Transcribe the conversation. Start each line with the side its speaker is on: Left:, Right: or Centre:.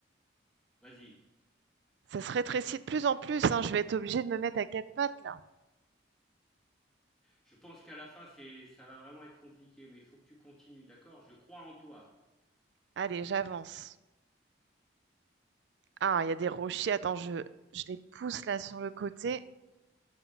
Centre: vas-y.
Right: Ça se rétrécit de plus en plus, hein. Je vais être obligée de me mettre à quatre pattes là.
Centre: Je pense qu'à la fin, c'est, ça va vraiment être compliqué, mais il faut que tu continues, d'accord Je crois en toi.
Right: Allez, j'avance. Ah, il y a des rochers. Attends, je, je les pousse là sur le côté.